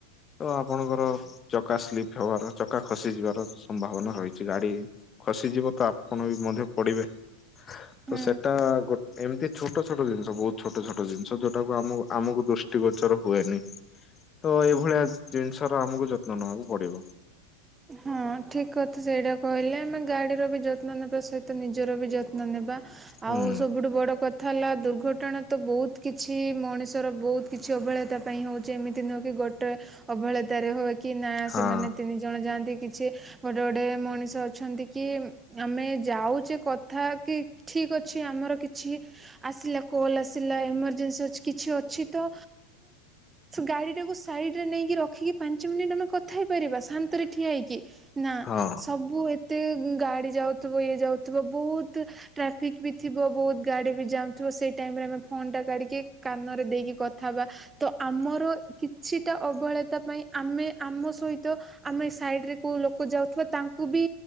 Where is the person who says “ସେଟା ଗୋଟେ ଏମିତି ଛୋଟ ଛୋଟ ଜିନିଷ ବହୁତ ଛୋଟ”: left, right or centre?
Left